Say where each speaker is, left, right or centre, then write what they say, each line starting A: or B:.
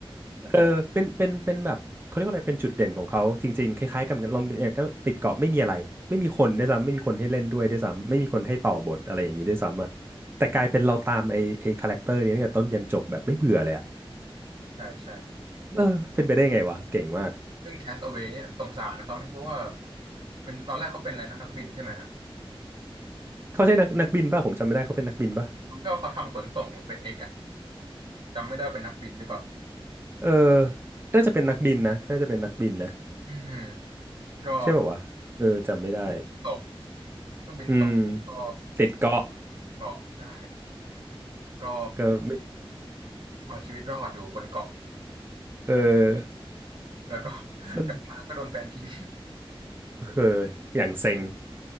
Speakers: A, on the right; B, on the right.
A: เออเป็นเป็นเป็นแบบเขาเรียกว่าอะไรเป็นจุดเด่นของเขาจริงๆคล้ายๆกันเหมือนกันลองเนี่ยก็ติดเกาะไม่มีอะไรไม่มีคนด้วยซ้ำไม่มีคนให้เล่นด้วยด้วยซ้ำไม่มีคนให้ต่อบทอะไรอย่างนี้ด้วยซ้ำอ่ะแต่กลายเป็นเราตามไอ้ไอ้คาแรคเตอร์นี้ตั้งแต่ต้นยันจบแบบไม่เบื่อเลยอ่ะ
B: <laughs> ใช่ใช่
A: เออเป็นไปได้ไงวะเก่งมาก
B: เรื่องแคส t อ w a ว y เนี่ยสงสารเขานะเพราะว่าเป็นตอนแรกเขาเป็นอะไรนะนักบินใช่ไหมฮะ
A: เขาใช่นักนักบินป่ะผมจำไม่ได้เขาเป็นนักบินป่ะ
B: รู้แค่ว่าเขาทำขนส่งของเฟดเอ็กอะจำไม่ได้ว่าเป็นนักบินหรือเปล่า
A: เออน่าจะเป็นนักบินนะน่าจะเป็นนักบินนะ
B: อืมก็
A: ใช่ป่าววะเออจำไม่ได้
B: ตกเครื่องบินตกก็
A: อืมติดเกาะ
B: เกาะใช่ก็
A: ก็ไม่
B: เอาชีวิตรอดอยู่บนเกาะ
A: เออ
B: แล้วก็ <laughs>
A: ส้น
B: กลับมาก็โดนแฟนทิ้ง
A: เอออย่างเซ็ง